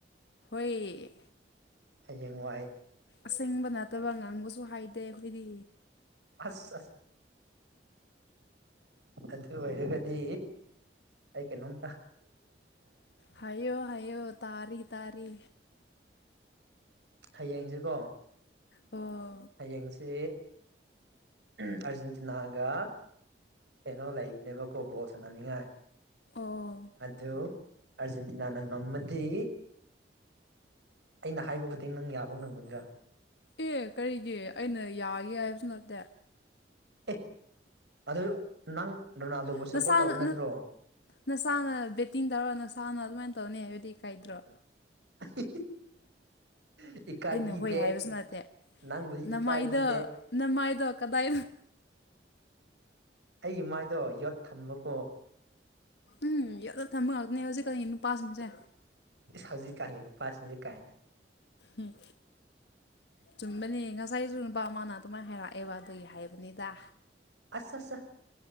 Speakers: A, on the left; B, on the right.
A: ꯍꯣꯏ
B: ꯍꯌꯦꯡ ꯋꯥꯏ
A: ꯑꯁꯦꯡꯕ ꯅꯠꯇꯕ ꯉꯥꯡꯕꯁꯨ ꯍꯩꯇꯦ ꯑꯩꯈꯣꯏꯗꯤ
B: ꯑꯁ ꯑꯗꯨ ꯑꯣꯏꯔꯒꯗꯤ ꯑꯩ ꯀꯩꯅꯣꯝ
A: ꯍꯥꯏꯌꯣ ꯍꯥꯏꯌꯣ ꯇꯥꯔꯤ ꯇꯥꯔꯤ
B: ꯍꯌꯦꯡꯁꯦ ꯀꯣ
A: ꯑꯣ
B: ꯍꯌꯦꯡꯁꯦ ꯑꯥꯔꯖꯦꯟꯇꯤꯅꯥꯒ ꯀꯩꯅꯣ ꯂꯩꯕꯅꯦꯕ ꯕꯣꯜ ꯁꯥꯅꯅꯤꯉꯥꯏ
A: ꯑꯣ
B: ꯑꯗꯨ ꯑꯥꯔꯖꯦꯟꯇꯤꯅꯥꯅ ꯉꯝꯃꯗꯤ ꯑꯩꯅ ꯍꯥꯏꯕ ꯈꯨꯗꯤꯡ ꯅꯪ ꯌꯥꯕ ꯉꯝꯒꯗ꯭ꯔꯥ
A: ꯑꯦ ꯀꯔꯤꯒꯤ ꯑꯩꯅ ꯌꯥꯒꯦ ꯍꯥꯏꯕꯁꯨ ꯅꯠꯇꯦ
B: ꯑꯦ ꯑꯗꯨ ꯅꯪ ꯔꯣꯅꯥꯜꯗꯣꯕꯨ ꯁꯞꯄꯣꯔꯠ
A: ꯅꯁꯥꯅ
B: ꯇꯧꯕ ꯅꯠꯇ꯭ꯔꯣ
A: ꯅꯁꯥꯅ ꯕꯦꯠꯇꯤꯡ ꯇꯧꯔ ꯅꯁꯥꯅ ꯑꯗꯨꯃꯥꯏꯅ ꯇꯧꯅꯤ ꯍꯥꯏꯕꯗꯤ ꯀꯥꯏꯗ꯭ꯔꯣ
B: <unintelligible> ꯏꯀꯥꯏꯕꯤꯗꯦ
A: ꯑꯩꯅ ꯍꯣꯏ ꯍꯥꯏꯕꯁꯨ ꯅꯠꯇꯦ
B: ꯅꯪꯕꯨꯗꯤ
A: ꯅꯃꯥꯏꯗꯣ
B: ꯏꯀꯥꯏꯕꯤꯗꯦ
A: ꯅꯃꯥꯏꯗꯣ ꯀꯗꯥꯏ
B: ꯑꯩꯒꯤ ꯃꯥꯏꯗꯣ ꯌꯣꯠ ꯊꯝꯕꯀꯣ
A: ꯎꯝ ꯌꯣꯠ ꯊꯝꯕ ꯉꯥꯛꯇꯅꯦ ꯍꯧꯖꯤꯛ ꯀꯥꯟ ꯅꯨꯄꯥꯁꯤꯡꯁꯦ
B: ꯍꯧꯖꯤꯛ ꯀꯥꯟ ꯅꯨꯄꯥꯁꯤꯡꯁꯦ ꯀꯥꯏꯅ
A: ꯎꯝ ꯆꯨꯝꯕꯅꯦ ꯉꯁꯥꯏꯁꯨ ꯅꯨꯄꯥ ꯑꯃꯅ ꯑꯗꯨꯃꯥꯏꯅ ꯍꯥꯏꯔꯛꯑꯦꯕ ꯑꯗꯨꯒꯤ ꯍꯥꯏꯕꯅꯤꯗ
B: ꯑꯁꯁ